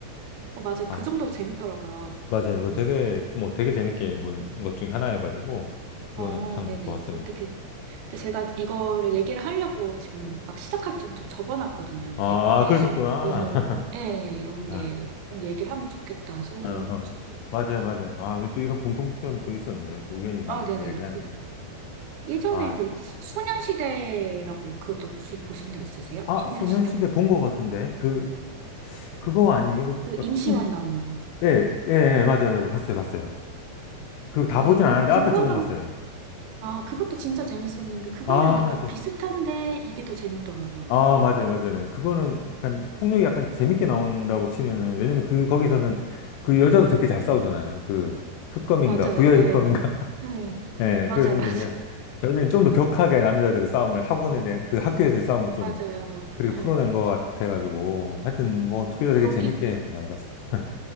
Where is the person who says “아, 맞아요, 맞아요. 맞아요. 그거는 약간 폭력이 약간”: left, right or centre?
Left